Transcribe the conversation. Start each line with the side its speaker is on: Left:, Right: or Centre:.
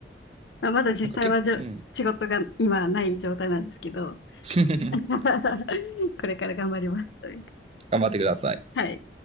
Left: まあ、まだ実際はじょ、
Right: なんか結構、うん。
Left: 仕事が今ない状態なんですけど、
Right: <laughs>
Left: <laughs> これから頑張りますというか。
Right: 頑張ってください。
Left: はい。